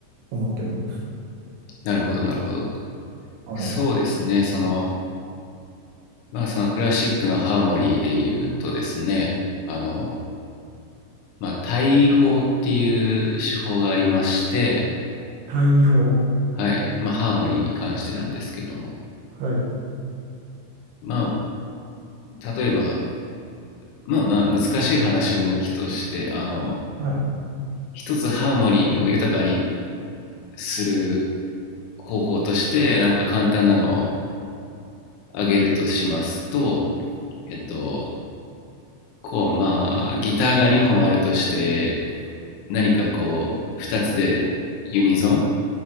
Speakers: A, on the right; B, on the left.
A: 思ってるんです。
B: なるほど、なるほど。
A: はい。
B: そうですね。その、まあ、そのクラシックのハーモニーで言うとですね、あの、まあ、対位法っていう手法がありまして、
A: 対比法。
B: はい。まあ、ハーモニーに関してなんですけども。
A: はい。
B: まあ、例えば、まあまあ、難しい話は抜きとして、あの、
A: はい。
B: 一つハーモニーを豊かにする方法として、なんか簡単なのを挙げるとしますと、えっと、こう、まあ、ギターが2本あるとして、何かこう、2つでユニゾン